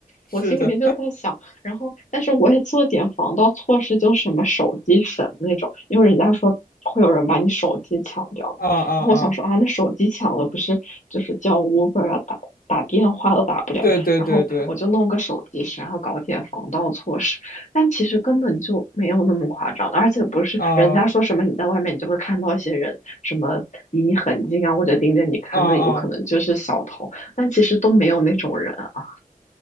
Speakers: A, on the left; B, on the left.
A: 是的，
B: 我心里面就在想，然后但是我也做点防盗措施，就什么手机绳那种，因为人家说会有人把你手机抢掉嘛。
A: 啊啊啊，
B: 然后我想说啊，那手机抢了不是就是叫 Uber 啊，打打电话都打不了，
A: 对对对对，
B: 然后我就弄个手机绳，然后搞点防盗措施。但其实根本就没有那么夸张的，而且不是人家说什么你在外面你就会看到一些人什么离你很近啊，
A: 啊
B: 或者盯着你看，
A: 啊啊。
B: 那有可能就是小偷，
A: 嗯
B: 但其实都没有那种人啊。